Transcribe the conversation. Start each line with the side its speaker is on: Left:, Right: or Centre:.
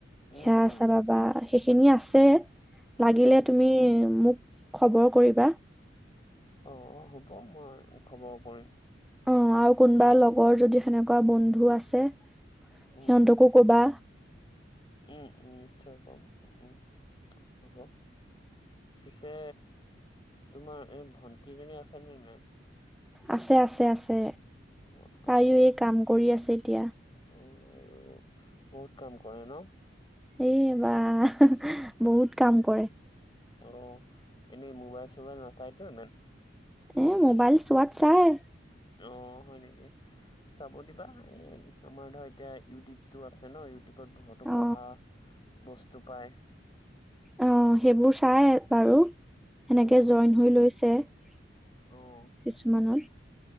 Left: উম,
Centre: সেয়া আচাৰ পাবা সেইখিনি আছে। লাগিলে
Left: উম।
Centre: তুমি মোক খবৰ কৰিবা।
Left: অঁ অঁ হ'ব মই খবৰ কৰিম।
Centre: অঁ আৰু কোনোবা লগৰ যদি সেনেকুৱা বন্ধু আছে,
Left: উম,
Centre: সিহঁতকো কবা।
Left: উম উম' নিশ্চয় ক'ম, উম হব। পিছে তোমাৰ এই ভন্টিজনী আছেনে নাই?
Centre: আছে আছে আছে,
Left: অ' আছে
Centre: তাইও এই কাম কৰি আছে এতিয়া।
Left: অ' আইঅ বহুত কাম কৰে ন।
Centre: এই বাহ। বহুত কাম কৰে।
Left: অ' এনেই মোবাইল চোবাইল নাচাইতো ইমান?
Centre: এ মোবাইল চোৱাত চাই।
Left: অঁ হয় নেকি? চাব দিবা, এই আমাৰ ধৰা এতিয়া ইউটিউবটো আছে ন' ইউ- টিউবত বহুতো পঢ়া
Centre: অ
Left: বস্তু পায়।
Centre: অঁ সেইবোৰ চাই বাৰু সেনেকে
Left: উম,
Centre: জইন হৈ লৈছে। কিছুমানত-
Left: অ',